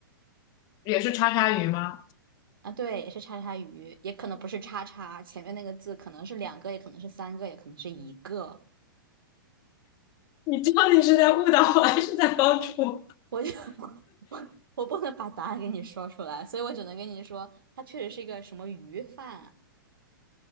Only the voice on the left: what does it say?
<laughs> 也是叉叉鱼吗？
你到底是在误导我，还是在帮助我？